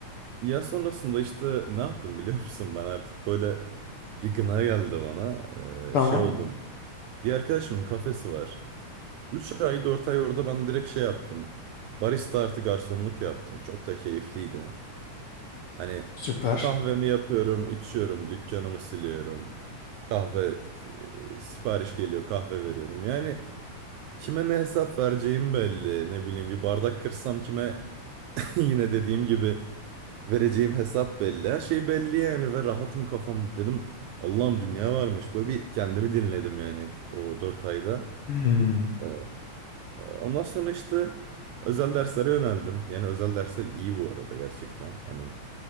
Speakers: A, on the right; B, on the left.
A: ya sonrasında işte ne yaptım biliyor musun? Ben artık böyle bir gına geldi bana.
B: Tamam.
A: Ee, şey oldum. Bir arkadaşımın kafesi var. 3 ay 4 ay orada ben direkt şey yaptım. Barista artı garsonluk yaptım. Çok da keyifliydi. Hani
B: Süper.
A: kahvemi yapıyorum, içiyorum, dükkanımı siliyorum. Kahve e, sipariş geliyor, kahve veriyorum. Yani kime ne hesap vereceğim belli. Ne bileyim bir bardak kırsam kime <laughs> yine dediğim gibi vereceğim hesap belli. Her şey belli yani ve rahatım kafam dedim. Allah'ım dünya varmış. Böyle bir kendimi dinledim yani o 4 ayda.
B: Hmm.
A: Ee, ondan sonra işte özel derslere yöneldim. Yani özel dersler iyi bu arada gerçekten. Hani